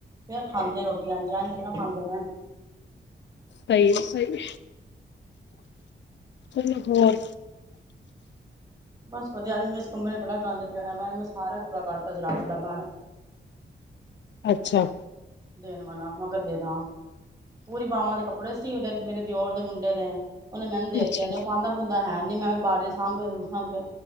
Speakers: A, on the right; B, on the left.
A: ਫਿਰ ਖਾਂਦੇ ਰੋਟੀਆਂ <unintelligible> ਨਾ ਖਾਂਦੇ ਨੇ,
B: ਸਹੀ ਹੈ ਸਹੀ, ਹੈ ਹੋਰ,
A: <inaudible> ਬਸ ਵਧੀਆ ਅੱਜ ਮੈਂ ਇਸ ਕਮਰੇ ਬੜਾ ਗੰਦ ਪਿਆਇਆ ਅੱਜ ਮੈਂ ਸਾਰਾ ਕੱਪੜਾ ਕੱਢ ਦਿੱਤਾ ਜਰਾਵਰ ਦਾ ਬਾਹਰ,
B: ਅੱਛਾ।
A: ਦੇਣ ਵਾਲਾ ਨਾ ਮੈਂ ਕਿਹਾ ਦੇ ਦਾ ਪੂਰੀ ਬਵਾਂ ਦੇ ਕੱਪੜੇ ਸੀ ਉਹ ਮੇਰੇ ਦਿਓਰ ਦੇ ਮੁੰਡੇ ਦੇ। ਉਹਨੇ ਮੈਨੂੰ ਦਿੱਤਾ
B: ਅੱਛਾ
A: ਨੇ ਉਹ ਪਾਂਦਾ ਬੂੰਦਾ ਹੈ ਨੀ ਮੈਂ ਬਾਰ ਸਾਂਭ, ਹਾਂ,